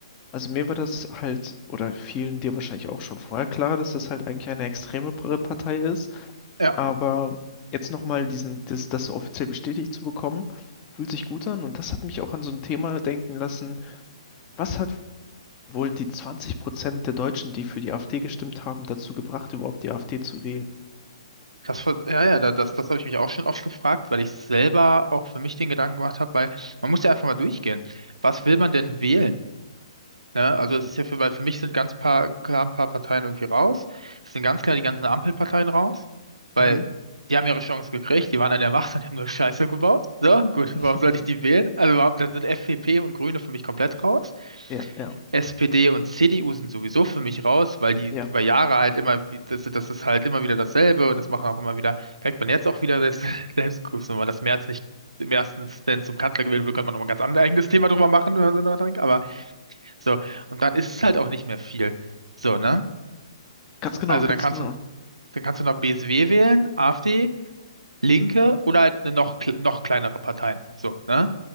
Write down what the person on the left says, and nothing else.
Also mir war das halt, oder vielen dir wahrscheinlich auch schon vorher klar, dass das halt eigentlich eine extreme P- Partei ist,
aber jetzt nochmal diesen, das, das so offiziell bestätigt zu bekommen, fühlt sich gut an und das hat mich auch an so ein Thema denken lassen, Was hat wohl die 20 der Deutschen, die für die AfD gestimmt haben, dazu gebracht, überhaupt die AfD zu wählen?
Mhm.
<laughs>
Ja, ja,
ja.
Ganz genau,
ganz
genau.